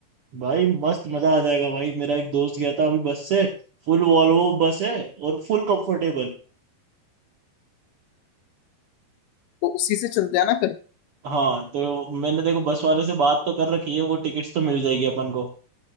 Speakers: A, on the right (about 80°); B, on the left (about 90°).
A: भाई मस्त मजा आ जाएगा भाई मेरा एक दोस्त गया था अभी बस से फुल वॉल्वो बस है और फुल कंफर्टेबल
B: तो उसी से चलते हैं ना फिर
A: हाँ तो मैंने देखो बस वाले से बात तो कर रखी है वो टिकट्स तो मिल जाएगी अपन को